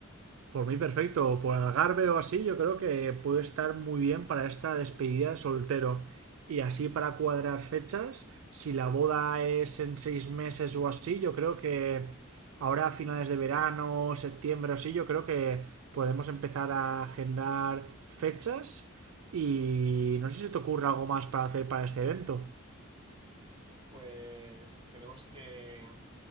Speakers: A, on the right; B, on the right.
A: Por mí perfecto, por Algarve o así, yo creo que puede estar muy bien para esta despedida de soltero. Y así para cuadrar fechas, si la boda es en seis meses o así, yo creo que ahora a finales de verano, septiembre o así, yo creo que podemos empezar a agendar fechas. Y no sé si te ocurre algo más para hacer para este evento.
B: Pues tenemos que...